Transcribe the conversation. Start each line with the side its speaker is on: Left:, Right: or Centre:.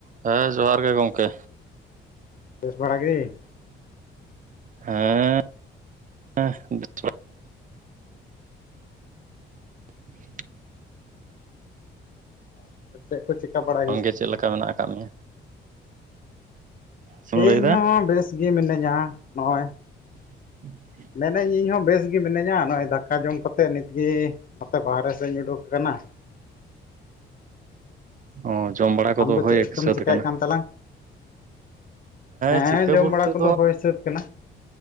Right: ᱦᱮᱸ ᱡᱚᱦᱟᱨ ᱜᱮ ᱜᱚᱝᱠᱮ᱾
Left: ᱵᱮᱥ ᱵᱟᱲᱟ ᱜᱮ?
Right: ᱦᱮᱸ᱾ ᱦᱮᱸ <inaudible> <inaudible>
Left: <inaudible> ᱪᱮᱫ ᱠᱚ ᱪᱤᱠᱟᱹ ᱵᱟᱲᱟ
Right: ᱟᱢ ᱜᱮ ᱪᱮᱫ ᱞᱮᱠᱟ ᱢᱮᱱᱟᱜ ᱟᱠᱟᱫ ᱢᱮᱭᱟ? ᱪᱮᱢ
Left: ᱤᱧ
Right: ᱞᱟᱹᱭᱫᱟ
Left: ᱦᱚᱸ ᱵᱮᱥ ᱜᱮ ᱢᱤᱱᱟᱹᱧᱟ ᱱᱚᱜᱼᱚᱭ᱾
Right: <inaudible>
Left: ᱢᱮᱱᱟᱹᱧ ᱤᱧ ᱦᱚᱸ ᱵᱮᱥ ᱜᱮ ᱢᱤᱱᱟᱹᱧᱟ ᱱᱚᱜᱼᱚᱭ ᱫᱟᱠᱟ ᱡᱚᱢ ᱠᱟᱛᱮᱫ ᱱᱤᱛ ᱜᱮ ᱱᱚᱛᱮ ᱵᱟᱨᱦᱮ ᱥᱮᱫ ᱤᱧ ᱩᱰᱩᱠ ᱟᱠᱟᱱᱟ᱾
Right: ᱚ ᱡᱚᱢ ᱵᱟᱲᱟ ᱠᱚᱫᱚ
Left: ᱟᱢ ᱫᱚ
Right: ᱦᱳᱭ
Left: ᱪᱮᱫ ᱠᱚᱢ
Right: ᱥᱟᱹᱛ
Left: ᱪᱮᱠᱟᱭᱮᱫ
Right: ᱟᱠᱟᱱᱟ᱾
Left: ᱠᱟᱱ ᱛᱟᱞᱟᱝ? ᱦᱮᱸ
Right: ᱪᱤᱠᱟᱹ
Left: ᱡᱚᱢ
Right: ᱵᱚᱞᱛᱮ
Left: ᱵᱟᱲᱟ ᱠᱚᱫᱚ ᱦᱳᱭ ᱥᱟᱹᱛ ᱠᱟᱱᱟ᱾